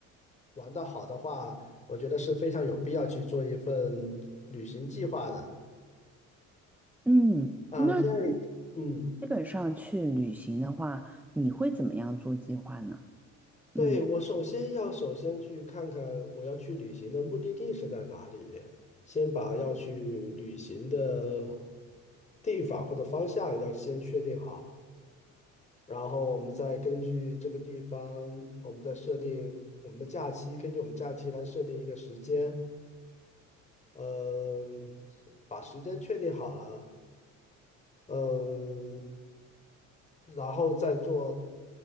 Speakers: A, on the left; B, in the centre.
A: 玩得好的话，我觉得是非常有必要去做一份旅行计划的
B: 嗯，
A: 啊，
B: 那你
A: 这样，嗯。
B: 基本上去旅行的话，你会怎么样做计划呢？
A: 对，
B: 嗯
A: 我首先要首先去看看我要去旅行的目的地是在哪里，先把要去旅行的地方或者方向要先确定好，然后我们再根据这个地方，我们再设定我们的假期，根据我们假期来设定一个时间，嗯，把时间确定好了，嗯，然后再做。